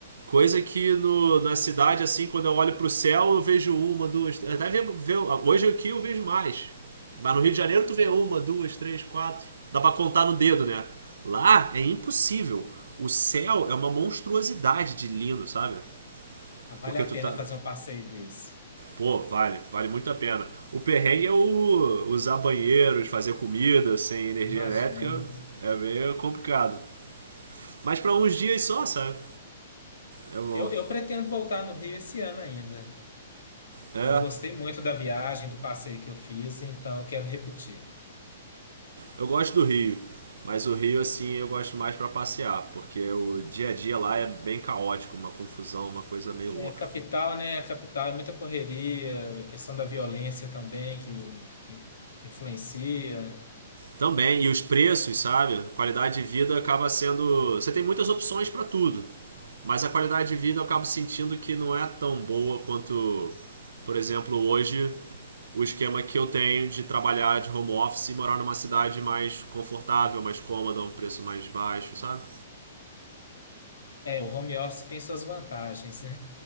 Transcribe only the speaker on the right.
Coisa que no, na cidade, assim, quando eu olho pro céu, eu vejo uma, duas. Até ve, ve- hoje aqui eu vejo mais. Mas no Rio de Janeiro tu vê uma, duas, três, quatro. Dá pra contar no dedo, né? Lá é impossível. O céu é uma monstruosidade de lindo, sabe?
Porque
tu
tá.
Pô, vale, vale muito a pena. O perrengue é o usar banheiros, fazer comida sem energia
elétrica. É meio complicado. Mas pra uns dias só, sabe? É bom.
É,
Eu, gosto do Rio, mas o Rio, assim, eu gosto mais para passear, porque o dia a dia lá é bem caótico, uma confusão, uma coisa meio louca.
Também, e os preços, sabe? Qualidade de vida acaba sendo. Você tem muitas opções para tudo, mas a qualidade de vida eu acabo sentindo que não é tão boa quanto, por exemplo, hoje o esquema que eu tenho de trabalhar de home office e morar numa cidade mais confortável, mais cômoda, um preço mais baixo, sabe?